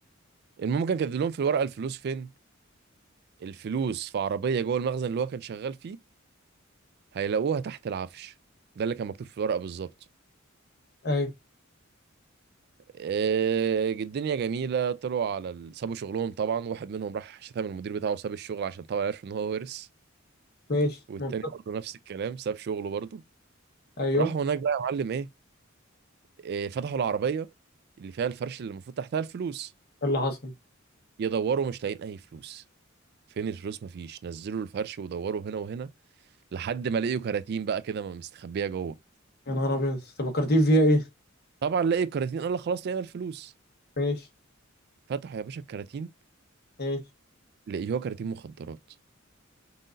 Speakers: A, on the right; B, on the left.
A: المهم كان كاتب لهم في الورقه الفلوس فين الفلوس في عربيه جوه المخزن اللي هو كان شغال فيه هيلاقوها تحت العفش ده اللي كان مكتوب في الورقه بالظبط
B: ايوه
A: آه، الدنيا جميله طلعوا على ال- سابوا شغلهم طبعا واحد منهم راح شتم المدير بتاعه وساب الشغل عشان طبعا عرف ان هو ورث
B: ماشي
A: والتاني
B: منطقي
A: برضه نفس الكلام ساب شغله برضه
B: ايوه
A: راحوا هناك بقى يا معلم ايه آه، فتحوا العربية اللي فيها الفرش اللي المفروض تحتها الفلوس
B: إيه اللي حصل
A: يدوروا مش لاقيين أي فلوس فين الفلوس مفيش نزلوا الفرش ودوروا هنا وهنا لحد ما لقيوا كراتين بقى كده م- مستخبية جوه
B: يا نهار ابيض انت فكرتين فيها ايه
A: طبعا لقي الكراتين قال لك خلاص لقينا الفلوس
B: ماشي
A: فتحوا يا باشا الكراتين
B: ماشي
A: لقيوها كراتين مخدرات